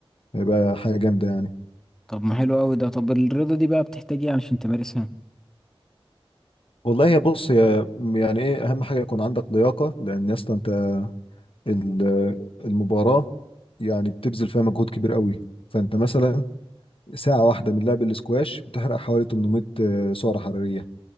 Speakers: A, on the left; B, in the centre.
A: هيبقى حاجة جامدة يعني
B: طب ما حلو اوي ده طب الرياضة دي بقى بتحتاج ايه عشان تمارسها
A: والله يا بص يا يعني ايه اهم حاجه يكون عندك لياقه لان يا اسطى انت ال- المباراة يعني بتبذل فيها مجهود كبير قوي فانت مثلا ساعة واحدة من لعب الاسكواش بتحرق حوالي 800 سعرة حرارية